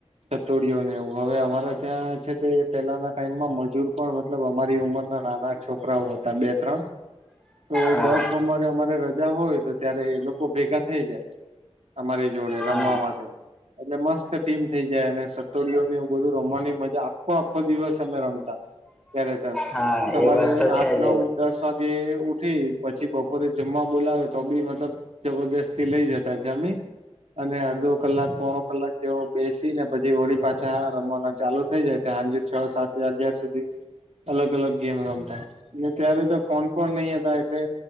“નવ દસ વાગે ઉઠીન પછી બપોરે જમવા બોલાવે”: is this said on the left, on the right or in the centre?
Right